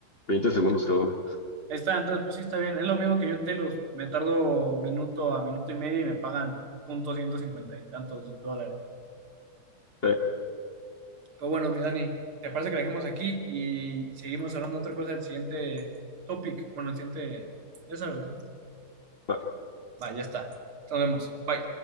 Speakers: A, on the left; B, on the right.
A: Veinte segundos cada una.
B: Ahí está, entonces pues sí está bien. Es lo mismo que yo en Telos. Me tardo minuto a minuto y medio y me pagan punto ciento cincuenta y tantos dólares.
A: Eh,
B: Pero bueno, mi Dani, ¿te parece que la dejemos aquí y seguimos hablando de otra cosa del siguiente topic? Bueno, el siguiente, ya sabes, ¿no?
A: no,
B: Va, ya está. Nos vemos. Bye.